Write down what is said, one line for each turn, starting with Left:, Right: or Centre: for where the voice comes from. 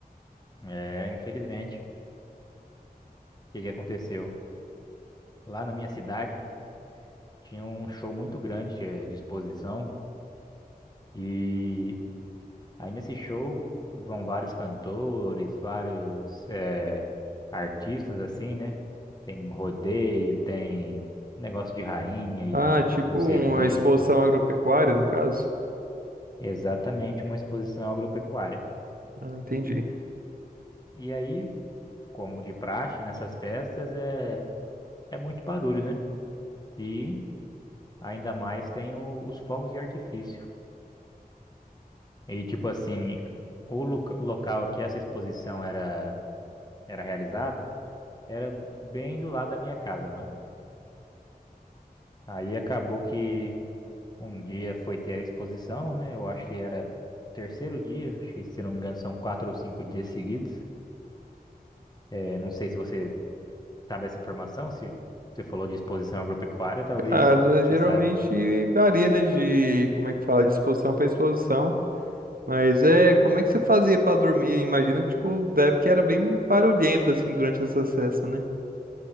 Left: É, infelizmente, o que que aconteceu? Lá na minha cidade tinha um show muito grande eh, de exposição e aí nesse show vão vários cantores, vários eh, artistas assim, né? Tem rodeio, tem negócio de rainha e
Right: Ah, tipo
Left: não sei
Right: uma
Left: o quê.
Right: exposição agropecuária, no caso?
Left: Exatamente uma exposição agropecuária.
Right: Ah, entendi.
Left: E aí como de praxe nessas festas, é, é muito barulho, né? E ainda mais tem o- os fogos de artifício. E tipo assim, o loca- local que essa exposição era, era realizada era bem do lado da minha casa, mano. Aí acabou que um dia foi ter a exposição, né? Eu acho que era terceiro dia, acho que se não me engano são quatro ou cinco dias seguidos. É, não sei se você sabe essa informação, se você falou de exposição agropecuária, talvez
Right: Cara,
Left: você
Right: geralmente
Left: saiba.
Right: varia, né, de como é que fala, de exposição para exposição. Mas é, como é que você fazia pra dormir? Imagino que, tipo, deve que era bem barulhento, assim, durante esse acesso, né?